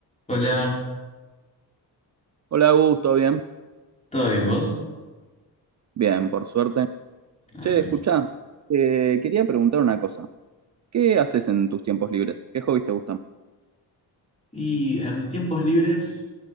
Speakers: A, on the left; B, on the right.
A: Hola,
B: Hola, Augusto, bien?
A: ¿todo bien vos?
B: Bien, por suerte.
A: Ah,
B: Che,
A: buenísimo.
B: escuchá, eh, quería preguntar una cosa. ¿Qué haces en tus tiempos libres? ¿Qué hobbies te gustan?
A: Y en mis tiempos libres,